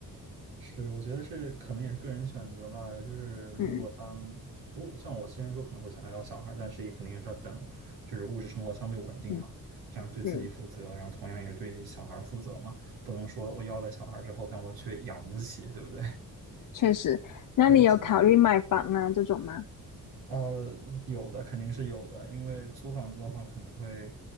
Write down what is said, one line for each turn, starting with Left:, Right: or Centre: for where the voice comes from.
Right: 是，我觉得这可能也是个人选择吧。就是如果当
Left: 嗯
Right: 如果像我之前说可能会想要要小孩但是也肯定也是要等，就是物质生活相对稳定嘛，
Left: 嗯
Right: 这样对自己负责，
Left: 嗯，
Right: 然后同样也是对小孩负责嘛。不能说我要了小孩之后，但我却养不起，对不对？<laughs>
Left: 确实。那你有考虑买房啊这种吗？
Right: 对，现在呃，有的肯定是有的，因为租房子的话可能会，